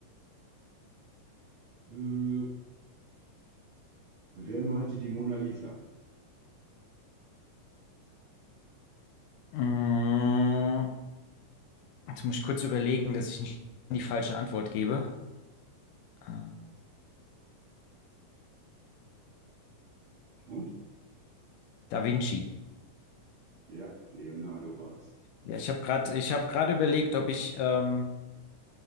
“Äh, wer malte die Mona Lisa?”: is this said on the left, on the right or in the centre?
Right